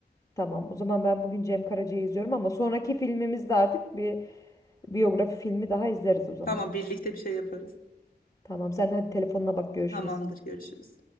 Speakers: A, on the left; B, on the left.
A: tamam. O zaman ben bugün Cem Karaca'yı izliyorum ama sonraki filmimizde artık bir biyografi filmi daha izleriz o zaman.
B: Tamam birlikte bir şey yaparız.
A: Tamam sen de hadi telefonuna bak görüşürüz.
B: Tamamdır, görüşürüz.